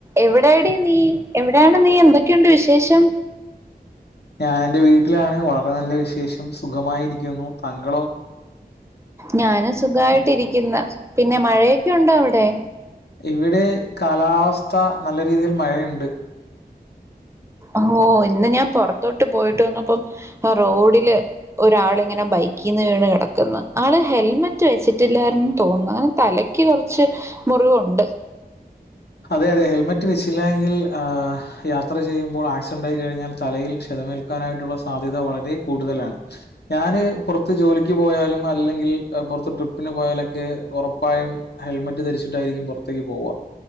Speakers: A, on the right; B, on the left.
A: എവിടെ എടെ നീ എവിടെയാണ് നീ എന്തൊക്ക ഒക്കെയുണ്ട് വിശേഷം
B: ഞാൻ എറെ വീട്ടിലാണ് വളരെ നല്ല വിശേഷം സുഖമായിരിക്കുന്നു താങ്കളോ
A: ഞാനും സുഖായിട്ട്ിരിക്കുന്ന പിന്നെ മഴയൊക്കെ ഉണ്ടോ അവിടെ
B: ഇവിടെ കാലാവസ്ഥ നല്ല രീതിയിൽ മഴയുണ്ട്
A: ഓ ഇന്ന് ഞാൻ പുറത്തോട്ട് പോയിട്ട് വന്നപ്പം റോഡില് ഒരാള ഇങ്ങനെ ബൈക്കിൽന്ന് വീണ് കിടക്കുന്ന ആള് ഹെൽമെറ്റ് വെച്ചിട്ടില്ലന്ന് തോന്നുന്നു അങ്ങനെ തലക്ക് കുറച്ച് മുറിവുണ്ട്
B: അതെ അതെ ഹെൽമെറ്റ് വെച്ചില്ലായെങ്കിൽ ആ യാത്ര ചെയ്യുമ്പോൾ ആക്സിഡന്റ് ആയി കഴിഞ്ഞാൽ തലയിൽ ക്ഷതമേൽക്കാനായിട്ടുള്ള സാധ്യത വളരെ കൂടുതലാണ് ഞാന് പുറത്ത് ജോലിക്ക് പോയാലും അല്ലെങ്കിൽ പുറത്ത് ട്രിപ്പിന് പോയാലൊക്കെ ഉറപ്പായും ഹെൽമെറ്റ് ധരിച്ചിട്ടായിരിക്കും പുറത്തേക്ക് പോവുക